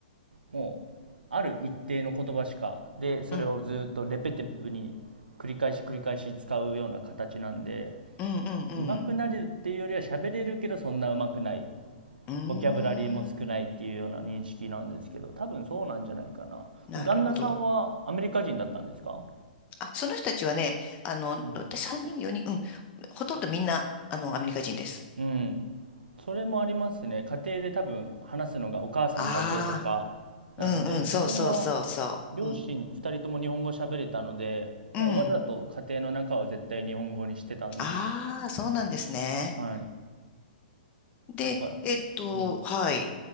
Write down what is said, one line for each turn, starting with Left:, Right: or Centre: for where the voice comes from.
Right: もう、ある一定の言葉しか、で、それをずっとレペティブに繰り返し繰り返し使うような形なんで、
Left: うん。うん。うん。うん。
Right: 上手くなれるっていうよりは喋れるけどそんな上手くない。
Left: うーん。
Right: ボキャブラリーも少ないっていうような認識なんですけど、多分そうなんじゃないかな。
Left: なるほど。
Right: その旦那さんはアメリカ人だったんですか
Left: あ、その人たちはね、あの、
Right: うん
Left: 私3人、4人、うん、ほとんどみんな、あの、アメリカ人です。
Right: うん。それもありますね。家庭で多分話すのがお母さんだけとかなんで、
Left: ああ、うんうん、
Right: 自分は
Left: そうそうそうそう。
Right: 両親2人とも日本語喋れたので、
Left: うん、うん。
Right: もうわざと家庭の中を絶対日本語にしてたんで、
Left: ああ、そうなんですね。
Right: はい。
Left: で、
Right: だからかな。
Left: えっと、
Right: うん。
Left: はい。